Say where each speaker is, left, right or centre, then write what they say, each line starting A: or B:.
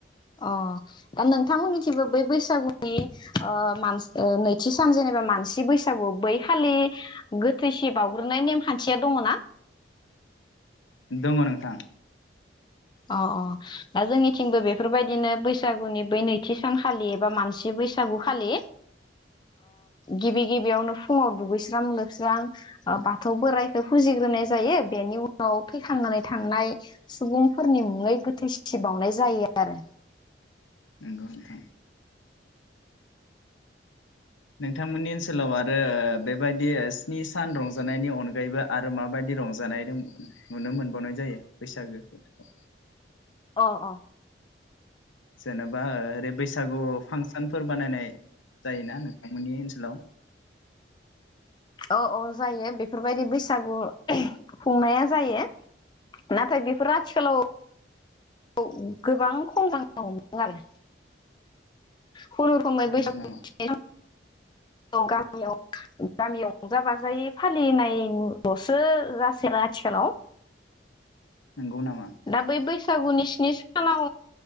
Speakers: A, on the left; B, on the left.
A: अ दा नोंथांमोननिथिंबो बै बैसागुनि मान नैथि सान जेनेबा मानसि बैसागु बै खालि गोथैसि बावउग्रोनाय नेमखान्थिया दङना
B: दङ नोंथां
A: अ अ दा जोंनिथिंबो बेफोरबायदिनो बैसागुनि बै नैथि सानखालि एबा मानसि बैसागु खालि गिबि गिबियावनो फुङाव दुगैस्रां लोबस्रां बाथौ बोराइखौ फुजिग्रोनाय जायो बेनि उनाव थैखांनानै थांनाय सुबुं फोरनि मुङै गोथै सिबावनाय जायो आरो
B: नंगौ नोंथां नोंथांमोननि ओनसोलाव आरो बेबायदि स्नि सान रंजानायनि अनगायैबो आरो माबायदि रंजानाय नुनो मोनबावनाय जायो बैसागो बोथोराव
A: अ अ
B: जेने बा ओरै बैसागु फांसनफोर बानायनाय जायोना नोंथांमोननि ओनसोलाव
A: अ अ जायो बेफोरबायदि बैसागु खुंनाया जायो नाथाय बेफोरो आथिखालाव औ गोबां खम जालांनो हमदों आरो खुनु रोखोमै
B: नंगौ
A: बैसागु
B: नामा
A: <unintelligible> गामियाव गामियाव रंजा बाजायै फालिनायल'सो जासेरा आथिखालाव
B: नंगौ नामा
A: दा बै बैसागुनि स्नि सानाव